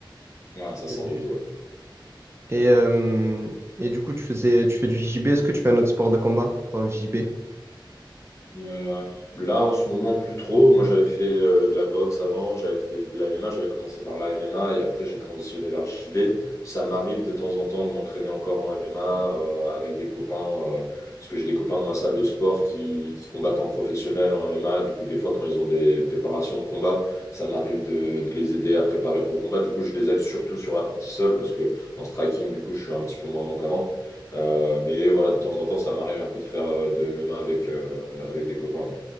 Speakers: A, on the left; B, on the right.
A: Ouais, ça sent
B: Euh, juste-
A: beaucoup. ouais.
B: Et, euh, et du coup, tu faisais, tu fais du JB. Est-ce que tu fais un autre sport de combat par le JB?
A: Euh, là, en ce moment, plus trop. Moi, j'avais fait euh, de la boxe avant, j'avais fait de la MMA, j'avais commencé par la MMA et après, j'ai transitionné vers le JB. Ça m'arrive de temps en temps de m'entraîner encore en MMA euh, avec des copains, euh, parce que j'ai des copains dans ma salle de sport qui, qui combattent en professionnel en MMA. Du coup, des fois, quand ils ont des préparations de combat, ça m'arrive de, de les aider à préparer pour le combat. Du coup, je les aide surtout sur la partie seule parce que en striking, du coup, je suis un petit peu moins bon qu'avant. Euh, mais voilà, de temps en temps, ça m'arrive un peu de faire euh, de MMA avec, euh, avec des copains.